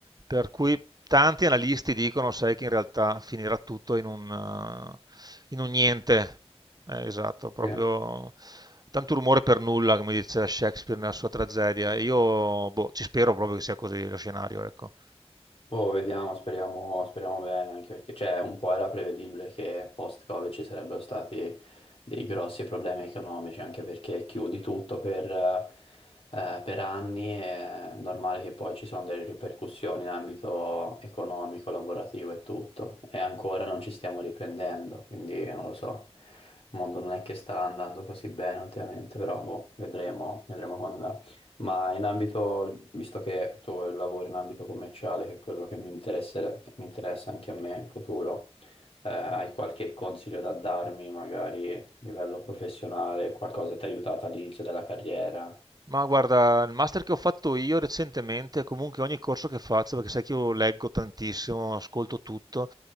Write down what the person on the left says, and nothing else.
sì.
Boh, vediamo, speriamo, speriamo bene, anche perché cioè, un po' era prevedibile che post-Covid ci sarebbero stati dei grossi problemi economici, anche perché chiudi tutto per, eh, per anni, è normale che poi ci sono delle ripercussioni in ambito economico, lavorativo e tutto, e ancora non ci stiamo riprendendo, quindi non lo so, il mondo non è che sta andando così bene ultimamente, però boh, vedremo, vedremo quando ma in ambito, visto che tu lavori in ambito commerciale, che è quello che mi interessa, che mi interessa anche a me in futuro, eh, hai qualche consiglio da darmi, magari a livello professionale, qualcosa che ti ha aiutato all'inizio della carriera?